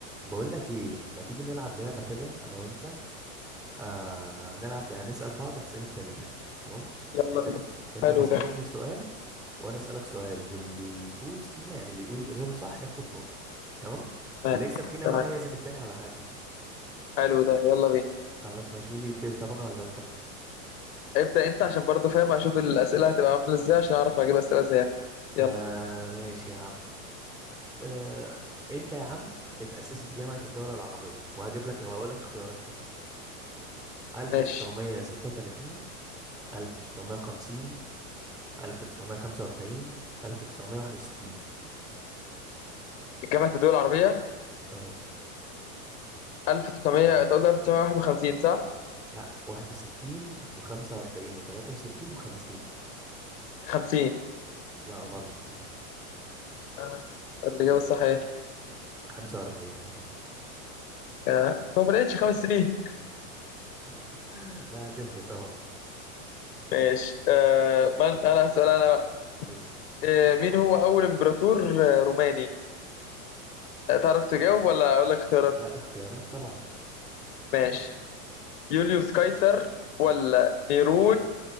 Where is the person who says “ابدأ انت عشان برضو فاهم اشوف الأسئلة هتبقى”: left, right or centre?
Left